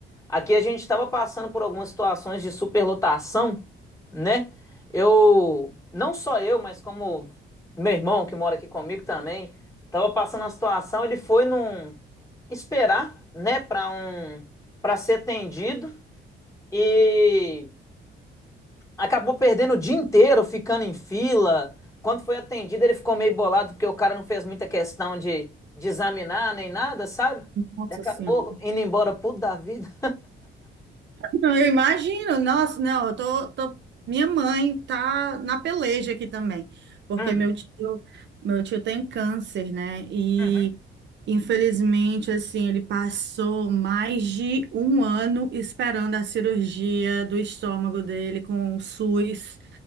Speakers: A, on the left (about 15°); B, on the right (about 65°).
A: Aqui a gente estava passando por algumas situações de superlotação, né? Eu, não só eu, mas como meu irmão que mora aqui comigo também, estava passando uma situação. Ele foi num esperar, né? Para um, para ser atendido e Acabou perdendo o dia inteiro ficando em fila. Quando foi atendido, ele ficou meio bolado porque o cara não fez muita questão de, de examinar nem nada, sabe?
B: Nossa
A: Ele Acabou
B: Senhora.
A: indo embora puto da vida.
B: Não, eu imagino, nossa, não, eu tô, tô- minha mãe tá na peleja aqui também, porque
A: Hum,
B: meu tio, meu tio tem câncer, né? E
A: uhum,
B: infelizmente, assim, ele passou mais de um ano esperando a cirurgia do estômago dele com o SUS